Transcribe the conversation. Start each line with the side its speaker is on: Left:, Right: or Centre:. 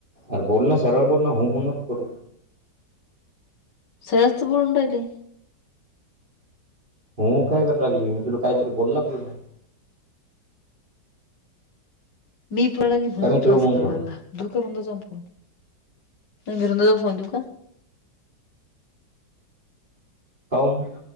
Right: अर बोल ना सरळ बोल ना हुं हुं नको करू.
Left: सरस तर बोलून राहिली.
Right: हुं हुं काय कराय लागली मी तुला काहीतरी बोलू लागलो ना.
Left: मी पळाली म्हणून
Right: का मी
Left: तो
Right: ठेवू
Left: असं
Right: मग
Left: करा
Right: फोन
Left: लागला. दिऊ का रुंदाजा फोन नाही मी रुंदाला फोन देऊ का?
Right: काऊन?